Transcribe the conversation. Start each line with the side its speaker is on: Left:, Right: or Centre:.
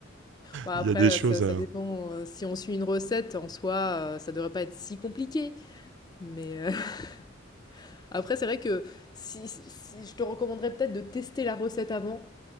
Left: Bon, après,
Right: Il y a des choses
Left: ça, ça
Right: à.
Left: dépend. euh, Si on suit une recette, en soi, euh, ça devrait pas être si compliqué. Mais euh, <laughs> après, c'est vrai que si, si si, je te recommanderais peut-être de tester la recette avant